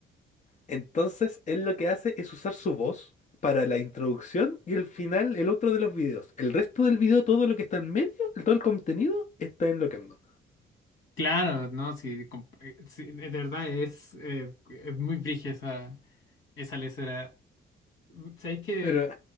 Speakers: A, on the left; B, on the left.
A: Entonces, él lo que hace es usar su voz para la introducción y el final, el otro de los videos. El resto del video, todo lo que está en medio, todo el contenido, está en loquendo.
B: claro, no, sí, com- eh, sí, de verdad es, eh, es muy brígida esa, esa lesera. ¿Sabéis que,
A: Pero